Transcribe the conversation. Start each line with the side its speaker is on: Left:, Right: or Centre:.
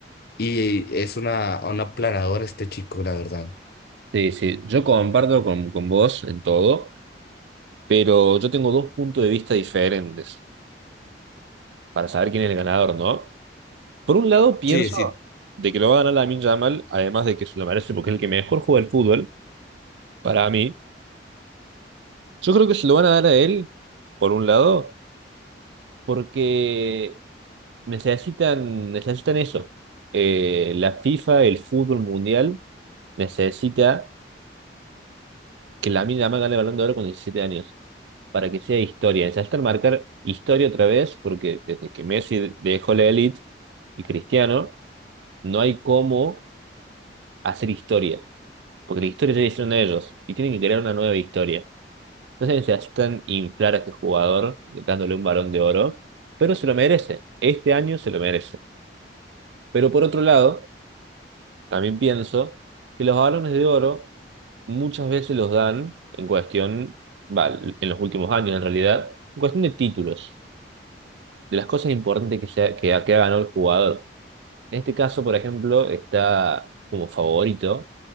Left: y es una, una aplanadora este chico, la verdad.
Right: Sí, sí, yo comparto con, con vos en todo, pero yo tengo dos puntos de vista diferentes para saber quién es el ganador, ¿no? Por un lado, pienso
Left: Sí, sí.
Right: de que lo va a ganar Lamine Yamal, además de que se lo merece porque es el que mejor juega el fútbol, para mí. Yo creo que se lo van a dar a él, por un lado, porque necesitan, necesitan eso. Eh, la FIFA, el fútbol mundial, necesita que la Yamal gane el Balón de Oro con 17 años, para que sea historia. Necesitan marcar historia otra vez, porque desde que Messi dejó la élite y Cristiano, no hay cómo hacer historia, porque la historia ya la hicieron ellos y tienen que crear una nueva historia. No sé si necesitan inflar a este jugador dándole un balón de oro, pero se lo merece. Este año se lo merece. Pero por otro lado, también pienso que los balones de oro muchas veces los dan en cuestión, va, en los últimos años en realidad, en cuestión de títulos, de las cosas importantes que, se ha- que, ha- que ha ganado el jugador. En este caso, por ejemplo, está como favorito